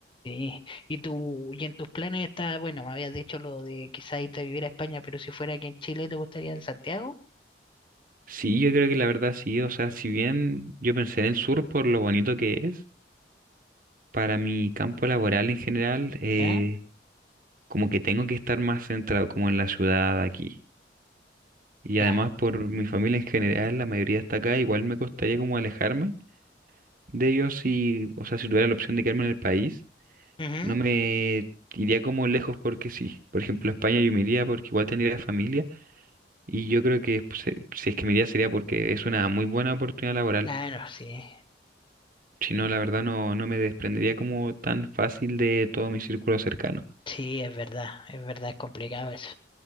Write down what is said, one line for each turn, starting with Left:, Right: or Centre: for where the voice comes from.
Left: Sí, y tú, y en tus planes está, bueno, me habías dicho lo de quizás irte a vivir a España, pero si fuera aquí en Chile, ¿te gustaría en Santiago?
Right: Sí, yo creo que la verdad sí, o sea, si bien yo pensé en el sur por lo bonito que es, para mi campo laboral en general, eh,
Left: ¿Ya?
Right: como que tengo que estar más centrado como en la ciudad aquí. Y
Left: Ya.
Right: además por mi familia en general, la mayoría está acá, igual me costaría como alejarme de ellos si, o sea, si tuviera la opción de quedarme en el país.
Left: Ujú.
Right: No me iría como lejos porque sí. Por ejemplo, a España yo me iría porque igual tendría familia y yo creo que pues, eh, si es que me iría sería porque es una muy buena oportunidad laboral.
Left: Claro, sí,
Right: Si no, la verdad no, no me desprendería como tan fácil de todo mi círculo cercano.
Left: sí, es verdad, es verdad, es complicado eso.